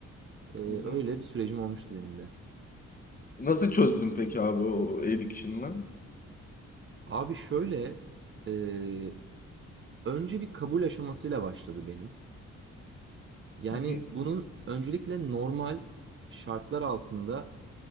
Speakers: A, on the right; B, on the left.
A: Ee,
B: hı. hı.
A: öyle bir sürecim olmuştu benim de.
B: Nasıl çözdün peki abi o addiction'ı?
A: Abi şöyle e, önce bir kabul aşamasıyla başladı benim. Yani
B: Hı hı.
A: bunun öncelikle normal şartlar altında